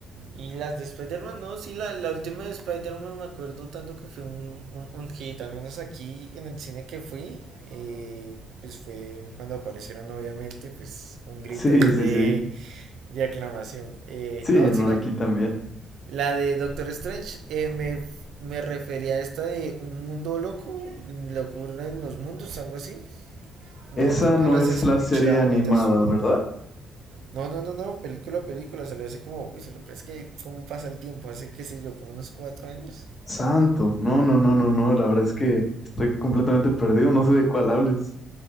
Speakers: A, on the right (about 70°); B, on the left (about 40°).
A: Y las de Spider-Man, no, sí, la, la última de Spider-Man me acuerdo tanto que fue un, un, un hit, al menos aquí en el cine que fui, eh, pues fue cuando aparecieron obviamente, pues un grito
B: Sí,
A: ahí
B: sí,
A: de...
B: sí.
A: de aclamación. Eh,
B: Sí,
A: no,
B: no,
A: sino
B: aquí también.
A: la de Doctor Strange eh, me, me refería a esta de un mundo loco, locura en los mundos, algo así.
B: Esa
A: No, te- no
B: no
A: la
B: es
A: has escuchado,
B: la serie animada,
A: no te suene.
B: ¿verdad?
A: No, no, no, no, película película, salió hace como, uy, loca, es que cómo pasa el tiempo, hace qué sé yo, como unos cuatro años.
B: Santo. No, no, no, no, no. La verdad es que estoy completamente perdido. No sé de cuál hables.